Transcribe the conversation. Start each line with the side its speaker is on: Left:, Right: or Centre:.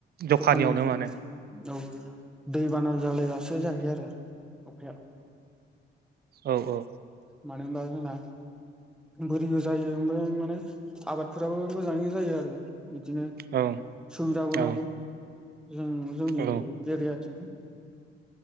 Right: जखानियावनो
Centre: जखानि
Right: माने
Centre: औ दै बाना जालायबासो जायाखै आरो अखाया
Right: औ औ
Centre: मानोहोनबा जोंना बोरिबो जायो ओमफ्राय माने आबादफोराबो मोजाङै जायो आरो। बिदिनो
Right: औ
Centre: सुबिदाबो
Right: औ
Centre: दं। जों जोंनि
Right: औ
Centre: एरियाथिं